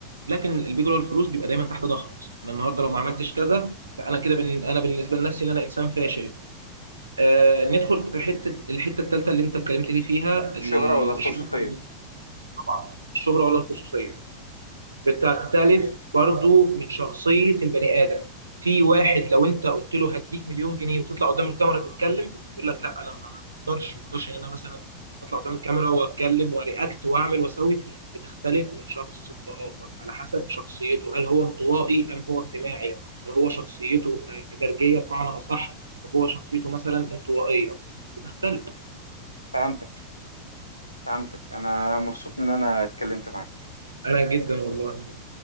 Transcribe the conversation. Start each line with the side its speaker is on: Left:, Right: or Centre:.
Right: لكن البيج رول الفلوس بيبقى دايما تحت ضغط انا النهارده لو ما عملتش كذا فانا كده بن... انا بالنسبه لنفسي ان انا انسان فاشل آه ندخل في حته الحته الثالثه اللي انت اتكلمت لي فيها ال-
Left: الشهرة ولا الخصوصية
Right: الشغل. طبعا الشهره ولا الخصوصيه بتختلف برضو من شخصية البني آدم في واحد لو انت قلت له هديك مليون جنيه وتطلع قدام الكاميرا تتكلم يقول لك لا انا ما اقدرش ما اقدرش ان انا مثلا اطلع قدام الكاميرا واتكلم وارياكت واعمل واسوي بتختلف من شخص لاخر على حسب شخصيته هل هو انطوائي ام هو اجتماعي هل هو شخصيته آه، درجية بمعنى اصح وهو شخصيته مثلا انطوائية بتختلف
Left: فهمتك فهمتك أنا مبسوط إن أنا اتكلمت معاك
Right: انا جدا والله